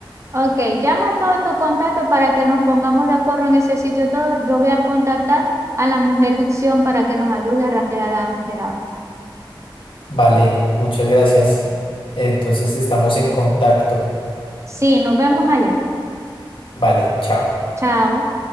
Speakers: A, on the right (about 35°); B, on the left (about 80°).
A: Ok, llama a todos tus contactos para que nos pongamos de acuerdo en ese sitio todo. Yo voy a contactar a la mujer Vicción para que nos ayude a rastrear a Mister Agua.
B: Vale, muchas gracias. Entonces estamos en contacto.
A: Sí, nos vemos allá.
B: Vale, chao.
A: Chao.